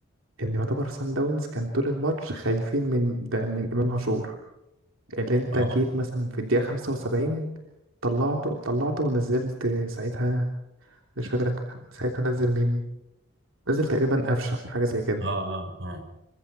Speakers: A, on the right; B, on the right.
A: ان يعتبر سان داونز كان طول الماتش خايفين من ده من امام عاشور اللي انت
B: آه آه
A: جيت مثلا في الدقيقه 75 طلعته طلعته ونزلت ساعتها مش فاكر ساعتها نزل مين نزل تقريبا قفشه حاجه زي كده
B: آه آه